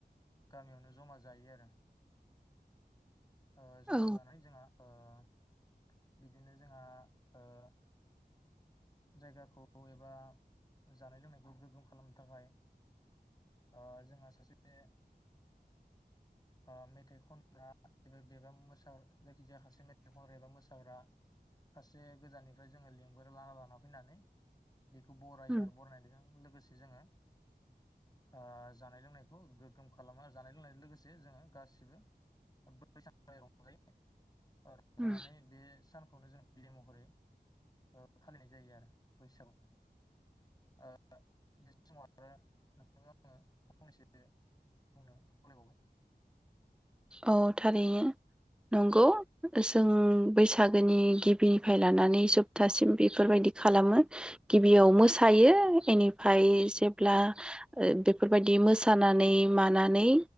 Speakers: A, on the left; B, in the centre.
A: गामियावनो जमा जायो आरो ओ-जमा
B: औ
A: जानानै जोंहा ओ- बिदिनो जोंहा ओ- जायगाखौ एबा जानाय लोंनायखौ गोग्गोम खालामनो थाखाय ओ-जोंहा सासे ओ-मेथाइ खनग्रा एबा बेबा जायखिजाया खासे मेथाइ खनग्रा एबा मोसाग्रा खासे गोजाननिफ्राय जोङो लिंबो लाना लाना फैनानै। बेखौ बरायो
B: उम
A: आरो बरायनायजों लोगोसे जोङो। ओ-जानाय लोंनायखौ गोग्गोम खालामो जानाय लोंनाय लोगोसे। जे जों गासिबो बै सानखालि रंजायो। ओ-रंजानानै
B: उम
A: बे सानखौनो जों। बिदाय महरै ओ-फालिनाय जायो आरो बैसागु। ओ-बे समाव आरो नोंथांखौ आङो फंनैसो बुंनो खावलायबावबाय।
B: औ थारैनो नंगौ जों बैसागोनि गिबिनिफ्राय लानानै जोबथासिम बेफोरबायदि खालामो गिबियाव मोसायो बेनिफ्राय जेब्ला बेफोरबायदि मोसानानै मानानै